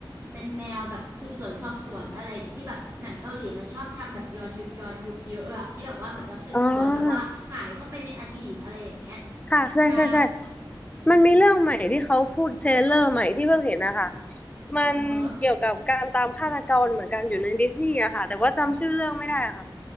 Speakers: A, on the right; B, on the left.
A: เป็นแนวแบบสืบสวนสอบสวนอะไรอย่างเงี้ยที่แบบหนังเกาหลีมันชอบทำแบบย้อนยุคย้อนยุคเยอะอะที่แบบว่าเหมือนแบบสืบสวนแบบว่าหายเข้าไปในอดีตอะไรอย่างเงี้ย
B: อ๋อ ค่ะใช่ใช่ใช่
A: ใช่
B: มันมีเรื่องใหม่ที่เขาพูดเทรลเลอร์ใหม่ที่เพิ่งเห็นนะคะมันเกี่ยวกับการตามฆาตกรเหมือนกันอยู่ในดิสนีย์อะค่ะแต่ว่าจำชื่อเรื่องไม่ได้อะค่ะ
A: อือฮะ